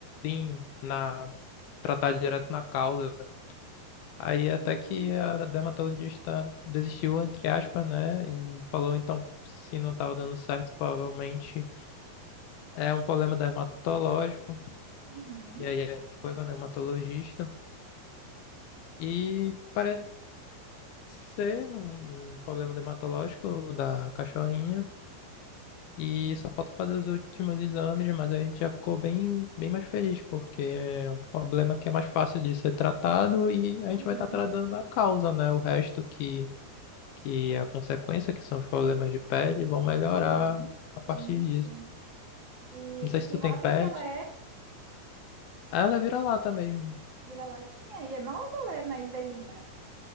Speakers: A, on the left; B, on the right.
A: sim, na tratar direto na causa. Aí até
B: Sim.
A: que a dermatologista desistiu, entre aspas, né? E falou, então, se não estava dando certo, provavelmente é um problema dermatológico.
B: Uhum.
A: E aí a gente foi com a dermatologista. E parece ser um, um problema dermatológico da cachorrinha. E só falta fazer os últimos exames, mas a gente já ficou bem, bem mais feliz, porque é um problema que é mais fácil de ser tratado e a
B: Uhum.
A: gente vai estar tratando a causa, né? O resto que que é a consequência, que são os problemas de pele, vão melhorar
B: Uhum. Sim,
A: a partir disso.
B: sim. E,
A: Não sei
B: e
A: se
B: que
A: tu
B: raça
A: tem pet.
B: que ela é?
A: Ah, Ela vira lata mesmo.
B: Vira-latinha? E é nova ou é mais velhinha?